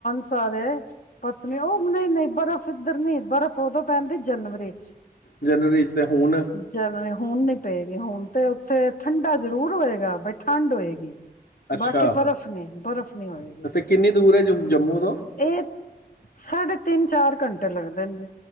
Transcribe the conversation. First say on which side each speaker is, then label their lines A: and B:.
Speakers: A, on the left (about 60°); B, on the left (about 80°).
A: ਸਾਰੇ। ਪਤਨੀ ਔ ਨਹੀਂ ਨਹੀਂ ਬਰਫ਼ ਇੱਧਰ ਨਹੀਂ ਬਰਫ਼ ਉਦੋਂ ਪੈਂਦੀ ਜਨਵਰੀ ਚ।
B: ਜਨਵਰੀ ਚ ਤੇ ਹੁਣ
A: ਜਨਵੀ, ਹੁਣ ਨੀ ਪਏਗੀ। ਹੁਣ ਤੇ ਤੇ ਠੰਡਾ ਜ਼ਰੂਰ ਹੋਏਗਾ, ਬਈ ਠੰਡ ਹੋਏਗੀ।
B: ਅੱਛਾ
A: ਬਾਕੀ ਬਰਫ਼ ਨਹੀ ਬਰਫ਼ ਨਹੀਂ ਹੋਏਗੀ
B: ਤੇ ਕਿੰਨੀ ਦੂਰ ਹੈ ਜ ਜੰਮੂ ਤੋਂ
A: ਇਹ ਸਾਢੇ ਤਿੰਨ ਚਾਰ ਘੰਟੇ ਲਗਦੇ ਨੇ ਜੇ